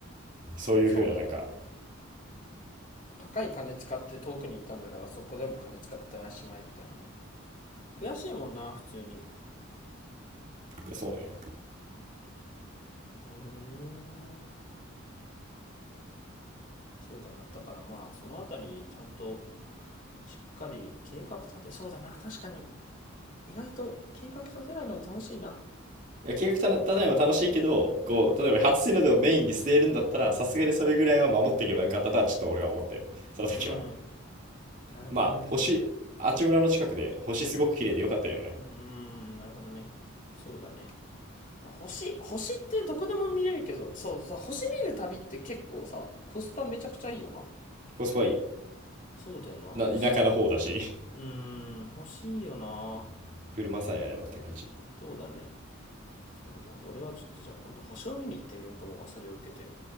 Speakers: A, on the right; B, on the left.
A: そういう風ななんか、
B: そうだね。高い金使って遠くに行ったんだからそこでも金使ってましまいみたいなね悔しいもんな普通に
A: いやそうなんよ。
B: なるほどねそうだなだからまあそのあたりちゃんとしっかり計画立てそうだな確かに意外と計画立てないのも楽しいな
A: いや、計画た立てないのも楽しいけど、
B: うん
A: こう、例えば初日の出をメインに据えるんだったら、さすがにそれぐらいは守っていけばよかったとは、ちょっと俺は思ったよ。その時は。
B: うんなるほどね
A: まあ、星、あちむらの近くで、星すごく綺麗でよかったけどね。
B: うーうんなるほどねそうだね星星ってどこでも見れるけどそうさ星見る旅って結構さコスパめちゃくちゃいいよな
A: コスパいい。
B: そうだよな星
A: な、田舎の方だし、
B: うーん、欲しいよな。
A: <laughs> 車さえあればって感じ。
B: そうだね。そうじゃん。俺はちょっとじゃあ今度星を見に行ってみようと思うわ。それを受けて。